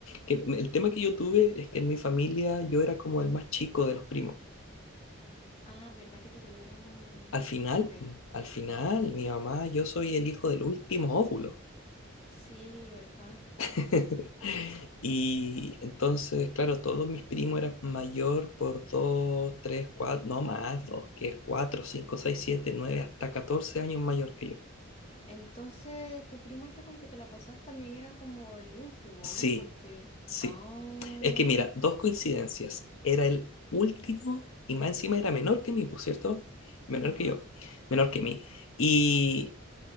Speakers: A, on the left; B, on the left.
A: Que, me- el tema que yo tuve es que en mi familia yo era como el más chico de los primos.
B: Ah, ¿verdad que te tuvieron
A: Al final,
B: tarde?
A: mm, al final, mi mamá, yo soy el hijo del último óvulo.
B: Sí, ¿verdad?
A: <laughs> Y entonces, claro, todos mis primos eran mayor por 2 3 4 no más, 2 que 4 5 6 7 9 hasta 14 años mayor que yo.
B: Entonces, tu primo este con el que te la pasas también era como el último,
A: Sí,
B: ¿no? Porque...
A: sí.
B: Ah,
A: Es que mira, dos coincidencias. Era el último y más encima era menor que mí, por cierto. Menor
B: ajá.
A: que yo. Menor que mí. Y